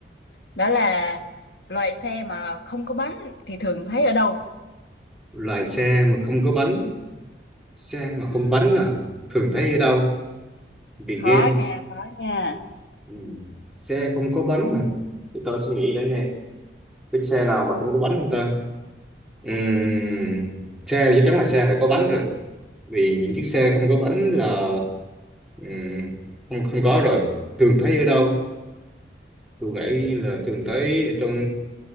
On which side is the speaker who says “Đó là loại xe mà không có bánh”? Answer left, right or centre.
Left